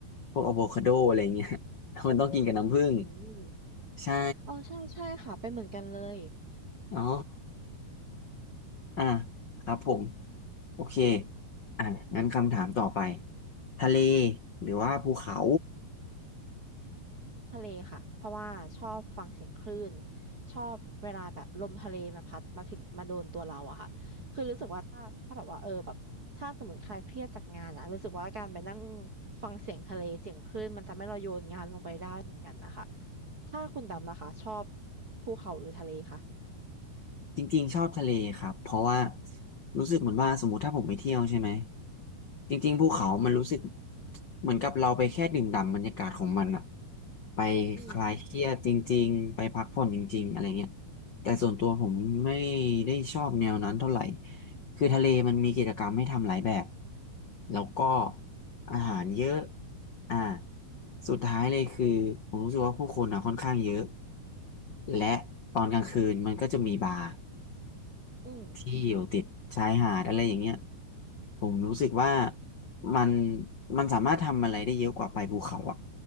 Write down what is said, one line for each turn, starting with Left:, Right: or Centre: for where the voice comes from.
Left: พวกอะโวคาโดอะไรเงี้ย <laughs> มันต้องกินกับน้ำผึ้ง
Right: อืม
Left: ใช่
Right: อ๋อใช่ใช่ค่ะเป็นเหมือนกันเลย
Left: อ๋ออ่ะครับผมโอเคอ่ะงั้นคำถามต่อไปทะเลหรือว่าภูเขา
Right: ทะเลค่ะเพราะว่าชอบฟังเสียงคลื่นชอบเวลาแบบลมทะเลมันพัดมาถึงมาโดนตัวเราอะค่ะคือรู้สึกว่าถ้าถ้าแบบว่าเออแบบถ้าสมมติใครเครียดจากงานอะรู้สึกว่าการไปนั่งฟังเสียงทะเลเสียงคลื่นมันทำให้เราโยนงานลงไปได้เหมือนกันนะคะ ถ้าคุณดำนะคะชอบภูเขาหรือทะเลคะ
Left: จริงๆชอบทะเลครับเพราะว่ารู้สึกเหมือนว่าสมมติถ้าผมไปเที่ยวใช่ไหมจริงๆภูเขามันรู้สึกเหมือนกับเราไปแค่ดื่มด่ำบรรยากาศของมันอะไป
Right: อืม
Left: คลายเครียดจริงๆไปพักผ่อนจริงๆอะไรเงี้ยแต่ส่วนตัวผมไม่ได้ชอบแนวนั้นเท่าไหร่คือทะเลมันมีกิจกรรมให้ทำหลายแบบแล้วก็อาหารเยอะอ่าสุดท้ายเลยคือผมรู้สึกว่าผู้คนอะค่อนข้างเยอะและตอนกลางคืนมันก็จะมีบาร์
Right: อืม
Left: ที่อยู่ติดชายหาดอะไรอย่างเงี้ยผมรู้สึกว่ามันมันสามารถทำอะไรได้เยอะกว่าไปภูเขาอะ